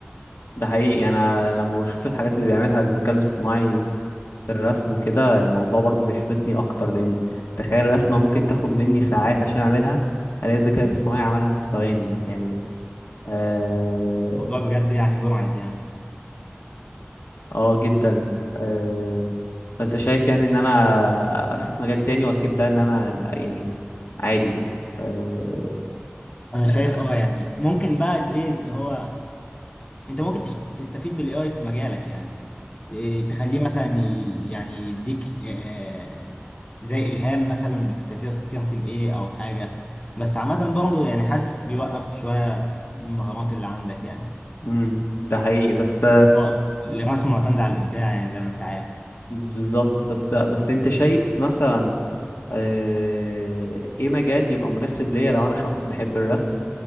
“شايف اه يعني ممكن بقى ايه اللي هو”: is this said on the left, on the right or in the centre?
Left